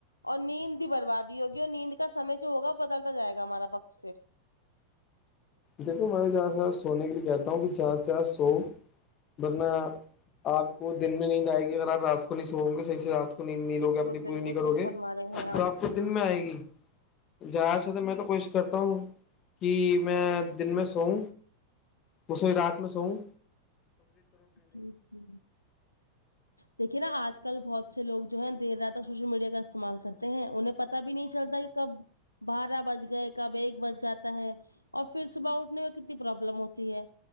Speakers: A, on the left; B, on the left.
A: اور نیند بھی بربادی ہوگی اور نیند کام جو ہوگا وہ بدلتا جائے گا ہمارا وقت پھر
B: دیکو میں جہاں سےاں سونے کے لیے کہتا ہوں کہ جہاں سے جاں سوؤ ورنہ آپ کو دن میں نہیں جائے گی اگر آپ رات کھلیے سو گے صحیح سے رات سنی لوگے
A: بالکل
B: اپنی پوری
A: بالکل
B: نہیں کرو
A: صحیح
B: گے
A: فرما رہے ہیں
B: تو آپ کو دن میں آئے گی جہاں سے تو میں تو کوشش کرتا ہوں کہ میں دن میں سوؤ وہ سوئی رات میں سووں
A: جی جی دیکھیے نا آج کل بہت سے لوگ جو ہیں دیر رات تک سوشل میڈیا کا استعمال کرتے ہیں انہیں پتا بھی نہیں چلتا کہ کب بارہ بج گئے کب ایک بج جاتا ہے اور پھر صبح اٹھنے میں کتنی پرابلم ہوتی ہے